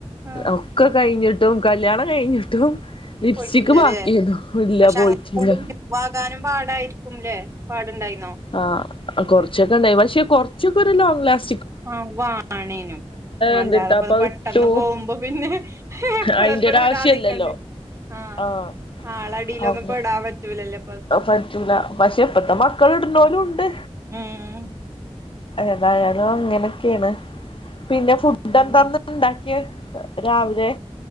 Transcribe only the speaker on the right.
ആഹ്
പോയിട്ടില്ലല്ലേ
പക്ഷെ
അങ്ങനെ ആകുമ്പോ പോകാനും പാടായിരിക്കും ല്ലേ? പാടുണ്ടായി
ആ വാണേനും അല്ലാതെപ്പോ
ഇത് പെട്ടെന്ന്
പോകുമ്പോ പിന്നെ എപ്പളെപ്പളും
ഇടാ നിക്കണ്ടെ ആ
ആളടിയിലൊന്നും
ഇപ്പ ഇടാൻ പറ്റൂലല്ലേ
ഉം
ഉം